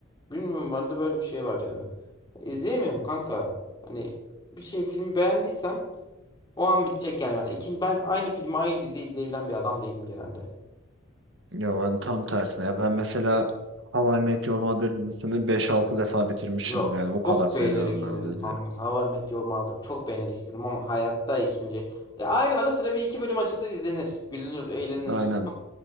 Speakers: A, on the left (about 20°); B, on the right (about 60°).
A: Bilmiyorum bende böyle bir şey var ya. İzleyemiyorum kanka. Hani bir şey filmi beğendiysem o an bitecek yani ben. İkin, ben aynı filmi aynı diziyi izleyebilen bir adam değilim genelde.
B: Ya ben tam tersine. Ya ben mesela How I Met Your Mother dizisini beş altı defa bitirmişimdir
A: Yok.
B: yani. O kadar
A: Çok
B: seviyorum
A: beğenerek izledim
B: ben o diziyi.
A: kanka. Mesela How I Met Your Mother çok beğenerek izledim ama hayatta ikinci. Ya aynı ara sıra bir iki bölüm açılır izlenir. Gülünür, eğlenir.
B: Aynen.